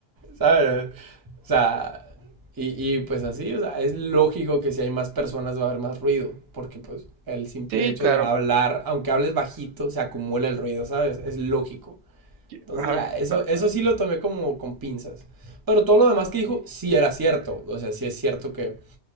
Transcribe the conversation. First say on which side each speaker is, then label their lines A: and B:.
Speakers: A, on the right (about 25°); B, on the right (about 85°).
A: ¿Sabes? O sea, y, y, pues así, o sea, es lógico que si hay más personas va a haber más ruido, porque pues el simple
B: Sí,
A: hecho
B: claro.
A: de hablar, aunque hables bajito, se acumula el ruido, ¿sabes? Es lógico.
B: que-
A: Entonces
B: Ajá,
A: ya, eso,
B: claro,
A: eso
B: claro.
A: sí lo tomé como con pinzas. Pero todo lo demás que dijo sí era cierto. O sea, sí es cierto que